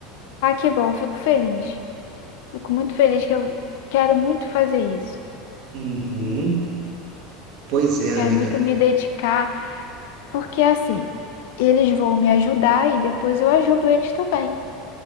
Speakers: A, on the left; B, on the right.
A: Ah, que bom, fico feliz. Fico muito feliz que eu quero muito fazer isso.
B: Uhum. Pois é,
A: Quero
B: amiga.
A: muito me dedicar, porque assim, eles vão me ajudar e depois eu ajudo eles também.